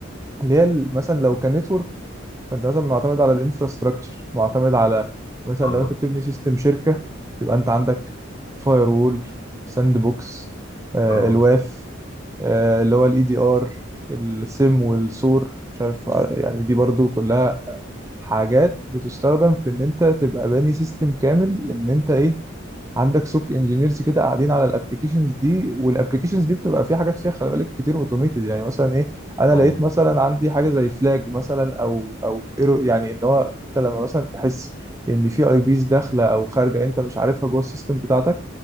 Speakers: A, on the right; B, on the left.
A: اللي هي ال- مثلا لو كان network فانت مثلا معتمد على الانفراستراكشر معتمد على مثلا
B: اه
A: لو انت بتبني سيستم شركه يبقى انت عندك فاير وول ساند بوكس آه
B: اه
A: الواف آه اللي هو الاي دي ار السيم والسور مش عارف آه، يعني دي برضو كلها حاجات بتستخدم في ان انت تبقى باني سيستم كامل ان انت ايه عندك سوق انجينيرز كده قاعدين على الابلكيشنز دي والابلكيشنز دي بتبقى في حاجات فيها خلي بالك كتير اوتوميتد يعني مثلا ايه انا
B: اه
A: لقيت مثلا عندي حاجه زي فلاج مثلا او او ايرور يعني ان هو انت لما مثلا تحس ان في اي بيز داخله او خارجه انت مش عارفها جوه السيستم بتاعتك